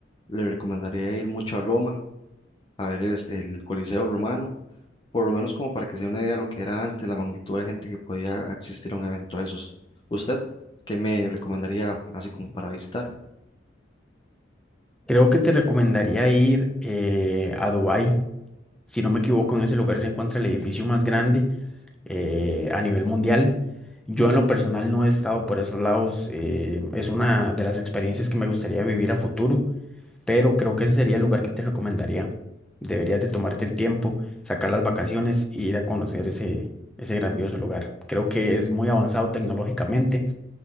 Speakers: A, on the left; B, in the centre.
A: le recomendaría ir mucho a Roma, a ver es, el Coliseo Romano, por lo menos como para que se dé una idea de lo que era antes, la magnitud de gente que podía asistir a un evento de esos. ¿Usted qué me recomendaría así como para visitar?
B: Creo que te recomendaría ir eh, a Dubái. Si no me equivoco, en ese lugar se encuentra el edificio más grande eh, a nivel mundial. Yo en lo personal no he estado por esos lados. eh, es una de las experiencias que me gustaría vivir a futuro, pero creo que ese sería el lugar que te recomendaría. Deberías de tomarte el tiempo, sacar las vacaciones e ir a conocer ese, ese grandioso lugar. Creo que es muy avanzado tecnológicamente